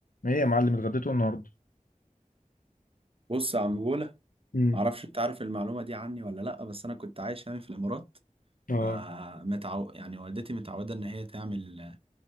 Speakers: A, on the left; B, on the right.
A: ايه يا معلم اتغديتوا النهارده
B: بص يا عم بولا
A: امم
B: معرفش انت عارف المعلومه دي عني ولا لا بس انا كنت عايش يعني في الامارات
A: اه
B: فمتعو يعني والدتي متعوده ان هي تعمل